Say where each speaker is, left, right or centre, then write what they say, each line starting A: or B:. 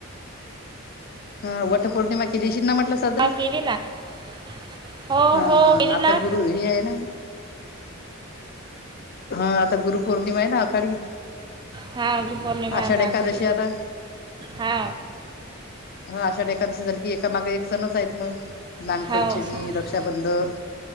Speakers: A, on the left; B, on the right.
A: ह वट पौर्णिमा केलीशी ना म्हटलं साजरी?
B: हा, <inaudible>
A: ह
B: हो
A: ह
B: केली
A: आता
B: ना
A: गुरु हे आहे ना हा आता गुरुपौर्णिमा आहे ना आखाडी
B: हा गुरु पूर्णिमा
A: आषाढ
B: आता
A: एकादशी
B: आखाडी
A: आता
B: हा
A: ह आषाढी एकादशी झाली की एका माग एक सणच आहेत मग. नागपंचमी
B: हो हो
A: रक्षाबंधन